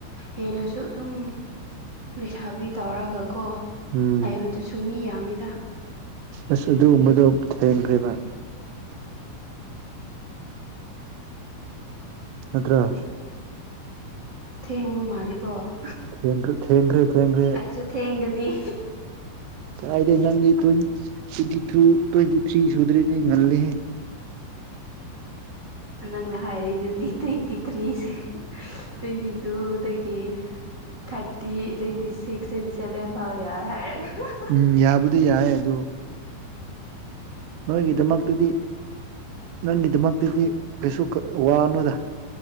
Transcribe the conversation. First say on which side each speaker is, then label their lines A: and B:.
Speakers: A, on the right; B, on the right.
A: ꯍꯦꯜꯂꯁꯨ ꯑꯗꯨꯝ ꯂꯩꯁꯥꯕꯤ ꯇꯧꯔꯒꯀꯣ
B: ꯎꯝ
A: ꯂꯩꯕꯗꯨꯁꯨ ꯃꯤ ꯌꯥꯝꯃꯤꯗ
B: ꯑꯁ ꯑꯗꯨꯒꯨꯝꯕꯗꯣ ꯊꯦꯡꯈ꯭ꯔꯦꯕ ꯅꯠꯇ꯭ꯔ
A: ꯊꯦꯡꯕ ꯃꯥꯜꯂꯤꯀꯣ
B: ꯊꯦꯡꯈꯔꯦ ꯊꯦꯡꯈꯔꯦ ꯊꯦꯡꯈꯔꯦ
A: ꯑꯩꯁꯨ ꯊꯦꯡꯒꯅꯤ
B: ꯀꯥꯏꯗ ꯅꯪꯗꯤ ꯇ꯭ꯋ ꯇ꯭ꯋꯦꯟꯇꯤ ꯇꯨ ꯇ꯭ꯋꯦꯟꯇꯤ ꯊ꯭ꯔꯤ ꯁꯨꯗ꯭ꯔꯦꯗꯤ ꯉꯜꯂꯤꯍꯦ
A: ꯑꯦ ꯅꯪꯅ ꯍꯥꯏꯔꯤꯗꯨꯗꯤ ꯇ꯭ꯋꯦꯟꯇꯤ ꯊ꯭ꯔꯤꯁꯦ ꯇ꯭ꯋꯦꯟꯇꯤ ꯇꯨꯗꯒꯤ thirty twenty six twenty seven ꯐꯥꯎ ꯌꯥꯏ ꯍꯥꯏꯔꯒ
B: ꯎꯝ ꯌꯥꯕꯨꯗꯤ ꯌꯥꯏ ꯑꯗꯨ ꯅꯣꯏꯒꯤꯗꯃꯛꯇꯗꯤ ꯅꯪꯒꯤꯗꯃꯛꯇꯗꯤ ꯀꯩꯁꯨ ꯋꯥꯅꯣꯗ